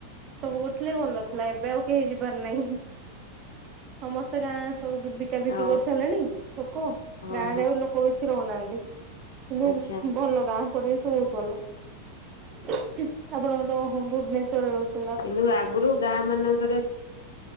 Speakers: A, on the right; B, on the left.
A: ସବୁ କରୁଥିଲେ ଭଲଥିଲା। ଏବେ ଆଉ କେହି ଯିବାର ନାହିଁ। ସମସ୍ତେ ଗାଁ ସବୁ ବିକା ବିକି
B: ଓ
A: କରିସାରିଲେଣି ଲୋକ।
B: ହଁ
A: ଗାଁ ରେ ଆଉ ଲୋକ ଲୋକ ବେଶୀ ରହୁନାହାନ୍ତି। କିନ୍ତୁ
B: ଆଚ୍ଛା
A: ଭଲ ଗାଁ। ପରିବେଶ ବହୁତ ଭଲ। ଆପଣଙ୍କର ଭୁବନେଶ୍ଵରରେ ରହୁଛନ୍ତି?
B: କିନ୍ତୁ ଆଗରୁ ଗାଁ ମାନଙ୍କରେ